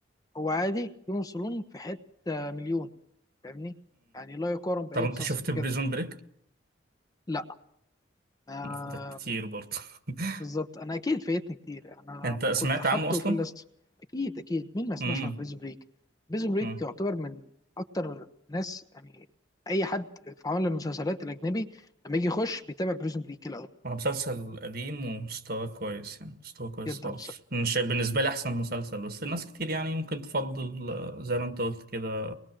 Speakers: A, on the left; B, on the right.
A: هو عادي جيم اوف ثرون في حته مليون فاهمني يعني لا يقارن باي
B: طب انت
A: مسلسل
B: شفت
A: بجد
B: بريزون بريك؟
A: لا آه
B: فاتك كتير برضه <laughs>
A: بالظبط انا اكيد فايتني كتير انا
B: انت سمعت
A: كنت حاطه
B: عنه اصلا؟
A: في الليست اكيد اكيد مين ما سمعش
B: امم
A: عن بريزون بريك بريزون بريك
B: امم
A: يعتبر من اكتر ناس يعني اي حد في عالم المسلسلات الاجنبي لما يجي يخش بيتابع بريزون بريك الاول
B: هو مسلسل قديم ومستواه كويس يعني مستواه كويس
A: جدا
B: خالص مش بالنسبة لي احسن مسلسل بس الناس كتير يعني ممكن تفضل آه، زي ما انت قلت كده